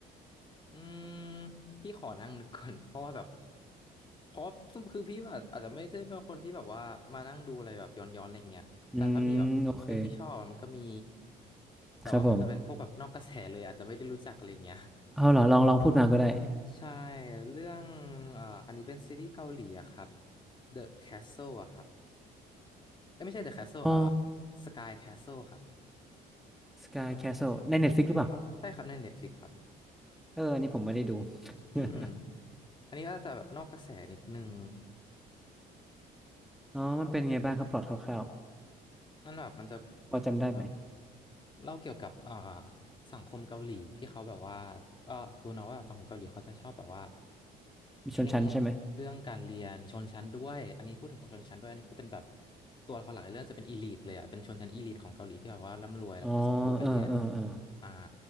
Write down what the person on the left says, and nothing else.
อืมพี่ขอนั่งนึกก่อน <laughs> เพราะว่าแบบเพราะว่าคือพี่แบบอาจจะไม่ได้เป็นคนที่แบบว่ามานั่งดูอะไรแบบย้อนๆอะไรเงี้ยแต่ถ้ามีแบบเรื่องที่ชอบอะมันก็มี
แต่ว่ามันจะเป็นพวกแบบนอกกระแสเลยอาจจะไม่ได้รู้จักอะไรเงี้ย
<laughs> ใช่เรื่องเอ่ออันนี้เป็นซีรีส์เกาหลีอะครับ The Castle อะครับเอ้ยไม่ใช่ The Castle
เอ่อ Sky Castle ครับ
ใช่ครับใน Netflix ครับ
อืม
อันนี้ก็จะแบบนอกกระแสนิดนึง
มันแบบมันจะมันจะเหมือนแบบ
เล่าเกี่ยวกับอ่าสังคมเกาหลีที่เขาแบบว่าก็รู้เนอะว่าสังคมเกาหลีเขาจะชอบแบบว่า
เคร่งเรื่องการเรียนชนชั้นด้วยอันนี้พูดถึงของชนชั้นด้วยอันนี้คือเป็นแบบตัวละครหลักในเรื่องจะเป็นอีลิทเลยอ่ะเป็นชนชั้นอีลิทของเกาหลีที่แบบว่าร่ำรวยแล้วก็ส่งลูกไปเรียน
อ่า